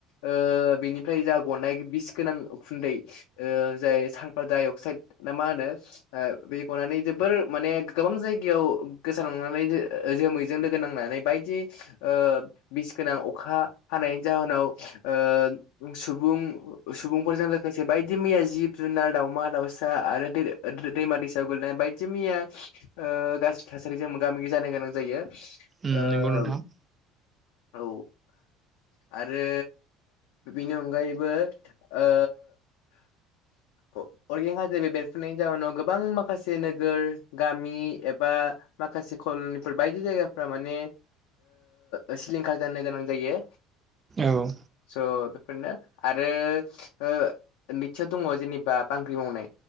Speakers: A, on the left (about 75°); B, on the right (about 30°).
A: ओ बेनिफ्राय जा गनाय बिस गोनां उखुन्दै जाय ओ साल्फार डाइ अक्साइद ना मा होनो ओ बे गनानै जोब बोर माने गोबां जायगायाव गोसारलांनानै जोमैजों लोगो नांनानै बायदि ओ बिस गोनां अखा हानायनि जाहोनाव ओ सुबुं सुबुंफोरजों लोगोसे बायदि मैया जिब जुनार दाव दावमा दावसा आरो दैमा दैसा गोलैनाय बायदि मैया ओ गा थासारिजों मोगा मोगि जानो गोनां जायो।
B: उम
A: ओ
B: नंगौ नोंथां।
A: औ आरो बेनि अनगायैबो ओ ओह। अरगें हाजो बे बेरफ्रुनायनि जाउोनाव गोबां माखासे नोगोर गामि एबा माखासे खल'नि बायदि जायगाफोरा माने ओ सिलिंखार ओ जानो गोनां जायो।
B: औ
A: स फोरनो आरो ओ नैथियाव दङ जेनेबा बांग्रि मावनाय।